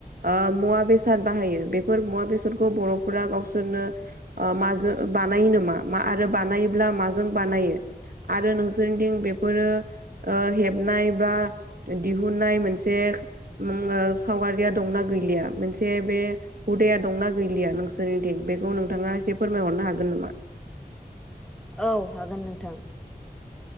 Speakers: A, on the right (about 65°); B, in the centre.
A: ओ मुवा बेसाद बाहायो बेफोर मुवा बेसादखौ बर'फोरा गाव सोरनो ओ माजों बानायो नामा आरो बानायोब्ला माजों बानायो आरो नोंसोरनिथिं बेफोरो ओ हेबनाय बा दिहुननाय मोनसे उम ओ सावगारिया दंना गैलिया मोनसे बे हुदाया दंना गैलिया नोंसोरनि दिं बेखौ नोंथाङा एसे फोरमायहरनो हागोन नामा
B: औ हागोन नोंथां